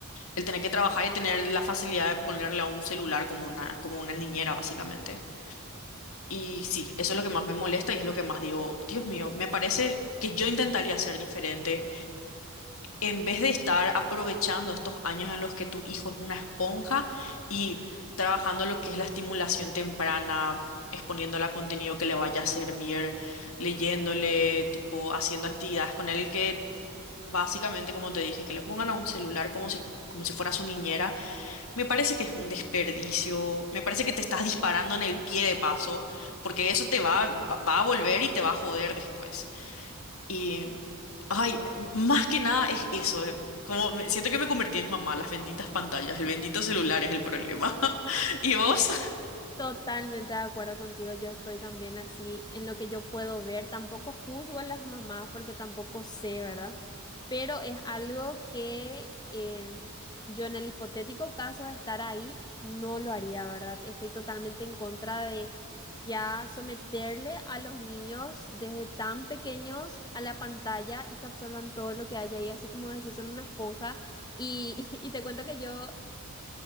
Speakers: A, on the left; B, on the left.
A: El tener que trabajar y tener la facilidad de ponerle a un celular como una, como una niñera, básicamente. Y sí, eso es lo que más me molesta y es lo que más digo, Dios mío, me parece que yo intentaría ser diferente. En vez de estar aprovechando estos años en los que tu hijo es una esponja y trabajando lo que es la estimulación temprana, exponiéndole a contenido que le vaya a servir, leyéndole, tipo, haciendo actividades con él que básicamente, como te dije, que le pongan a un celular como si, como si fuera su niñera me parece que es un desperdicio, me parece que te estás disparando en el pie de paso, porque eso te va, va va a volver y te va a joder después. Y, ay, m- más que nada es eso, eh, como me- siento que me convertí en mamá, las benditas pantallas, el bendito celular es el problema. <laughs> ¿Y vos?
B: Totalmente de acuerdo contigo, yo estoy también así en lo que yo puedo ver, tampoco juzgo a las mamás porque tampoco sé, ¿verdad? Pero es algo que en- yo en el hipotético caso de estar ahí no lo haría, ¿verdad? Estoy totalmente en contra de ya someterle a los niños desde tan pequeños a la pantalla y que absorban todo lo que haya ahí, así como decís, son una esponja. Y, <laughs> y te cuento que yo